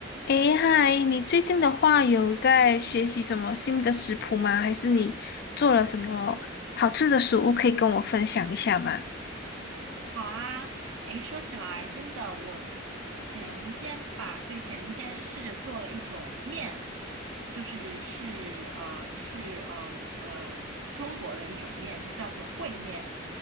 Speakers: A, on the left (about 50°); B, on the right (about 80°).
A: 诶，嗨，你最近的话有在学习什么新的食谱吗？还是你做了什么好吃的食物可以跟我分享一下吗？
B: 好啊，诶，说起来真的，我前天吧，对，前天试着做了一种面，就是是呃是呃呃中国的一种面，它叫做烩面，